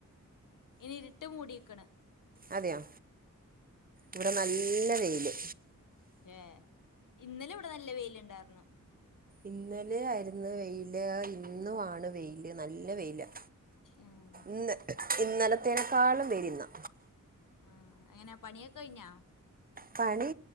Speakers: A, on the left; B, on the right.
A: ഇനി ഇര്ട്ട് മൂടീക്ക്ണ്
B: അതെയോ ഇവ്ടെ നല്ല വെയില്
A: ഏഹ് ഇന്നെലെവിടെ നല്ല വെയ്ല്ണ്ടാർന്നു
B: ഇന്നലെ ആയിരുന്ന് വെയില് ഇന്നു ആണ് വെയില് നല്ല വെയിലാ
A: ആഹ്
B: ഇന്ന് ഇന്നെലെത്തേനക്കാളും വെയ്ല് ഇന്നാ
A: ആഹ് എങ്ങെനെ പണിയൊക്കെഴ്ഞ്ഞാ
B: പണി